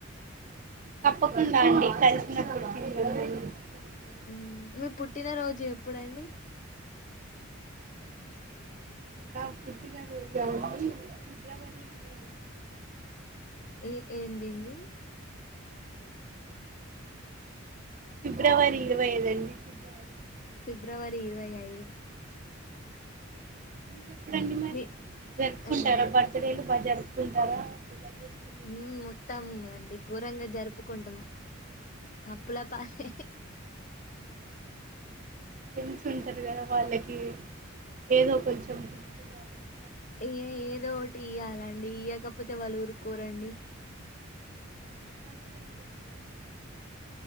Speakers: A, on the right; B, on the left.
A: తప్పకుండా అండి కలిసినప్పుడు తిందాం కొనుక్కుందాం
B: ఉ నువ్వు పుట్టిన రోజు ఎప్పుడు అండి
A: నా పుట్టిన రోజా అండి ఫిబ్రవరి ఇరవై ఐదు
B: ఏ ఏంది ఏంది
A: ఫిబ్రవరి ఇరవై ఐదు అండి ఫిబ్రవరి
B: ఫిబ్రవరి ఇరవై ఐదు
A: మీది ఎప్పుడండి మరి
B: మీ
A: జరుపుకుంటారా
B: ఏ
A: బర్త్ డేలు బాగా జరుపుకుంటారా ఏలా చేసుకు
B: ఉ మొత్తాము అండి ఘోరంగా జరుపుకుంటాము అప్పులా పాలే
A: ఫ్రెండ్స్ ఉంటారు కదా వాళ్ళకి ఏదో కొంచెం తినిపియాలే <inaudible>
B: ఏ ఏదో ఒకటి ఇయ్యాలండి ఇయకపోతే వాళ్ళు ఊరుకోరండి
A: <inaudible>